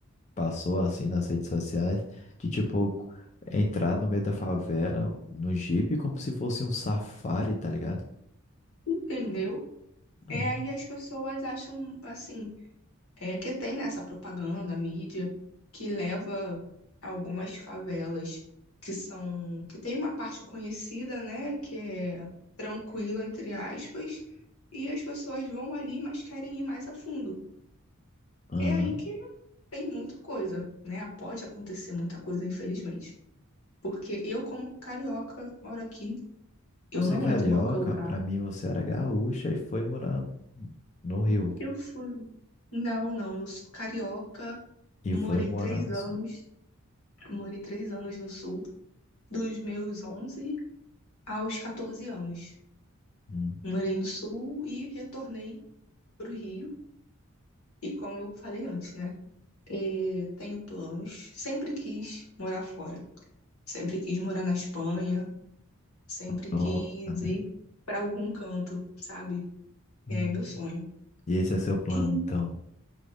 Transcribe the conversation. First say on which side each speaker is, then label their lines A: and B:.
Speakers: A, on the left; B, on the left.
A: passou assim nas redes sociais, de tipo, entrar no meio da favela, no Jeep como se fosse um safari, tá ligado?
B: entendeu?
A: Uhum.
B: É aí as pessoas acham assim, É que tem nessa propaganda, a mídia, que leva algumas favelas que são, que tem uma parte conhecida, né, que é tranquila, entre aspas, e as pessoas vão ali, mas querem ir mais a fundo.
A: Uhum.
B: É aí que tem muita coisa, né? Pode acontecer muita coisa, infelizmente. Porque eu, como carioca, moro aqui, eu
A: Você
B: não
A: é carioca,
B: entro em qualquer lugar.
A: pra mim você era gaúcha e foi morar no Rio.
B: Eu fui. Não, não, eu sou carioca,
A: E
B: morei
A: foi morar
B: três
A: no
B: anos,
A: Sul.
B: morei três anos no sul. dos meus 11 aos 14 anos.
A: Hum.
B: Morei no Sul e retornei para o Rio. E como eu falei antes, né? E tenho planos. Sempre quis morar fora. Sempre quis morar na Espanha. Sempre
A: Nossa,
B: quis
A: né?
B: ir para algum canto, sabe?
A: Hum.
B: É meu sonho.
A: E esse é seu plano,
B: E
A: então?